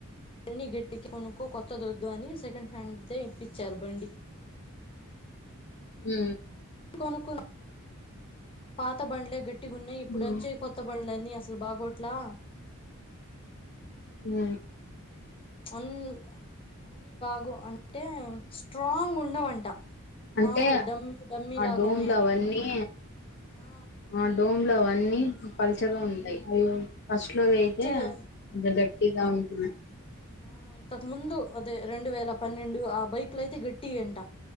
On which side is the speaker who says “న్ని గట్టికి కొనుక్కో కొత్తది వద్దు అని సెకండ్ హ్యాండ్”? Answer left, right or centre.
Left